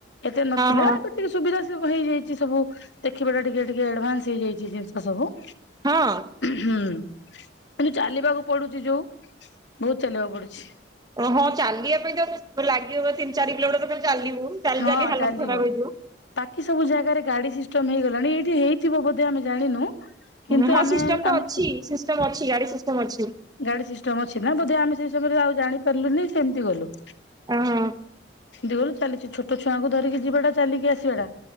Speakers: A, on the left; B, on the right.
A: ଏତେ ନଥିଲା
B: ହଁ
A: ଏବେ ଟିକେ ସୁବିଧା ସୁ ହେଇଯାଇଛି ସବୁ ଦେଖିବାଟା ଟିକେ ଟିକେ ଆଡଭାନ୍ସ ହେଇଯାଇଛି ଜିନିଷ ସବୁ।
B: ହଁ।
A: ହୁଁ କିନ୍ତୁ ଚାଲିବାକୁ ପଡୁଛି ଯୋଉ ବହୁତ ଚାଲିବାକୁ ପଡୁଛି।
B: ଓ ହଁ ଚାଲିବା ପାଇଁ ତ ଲାଗିିବ ତିନି ଚାରି କିଲୋମିଟର ଖାଲି ଚାଲିବୁ ଚାଲି
A: ହଁ
B: ଚାଲି ହାଲତ
A: ଚାଲିବ
B: ଖରାପ ହେଇଯିବ।
A: ବାକି ସବୁ ଜାଗାରେ ଗାଡି ସିଷ୍ଟମ ହେଇଗଲାଣି ଏଇଠି ହେଇଥିବ ବୋଧେ ଆମେ ଜାଣିନୁ। କିନ୍ତୁ
B: ହଁ
A: ଆମେ
B: ସିଷ୍ଟମ ତ
A: ଆମେ
B: ଅଛି ସିଷ୍ଟମ ଅଛି ଗାଡି ସିଷ୍ଟମ ଅଛି।
A: ଗାଡି ସିଷ୍ଟମ ଅଛି ନା ବୋଧେ ଆମେ ସେଇ ସମୟରେ ଆଉ ଜାଣିପାରିଲୁନି ସେମିତି ଗଲୁ।
B: ଓହୋ।
A: ଜୋରେ ଚାଲିଛି ଛୋଟ ଛୁଆଙ୍କୁ ଧରିକି ଯିବାଟା ଚାଲିକି ଆସିବା ଟା।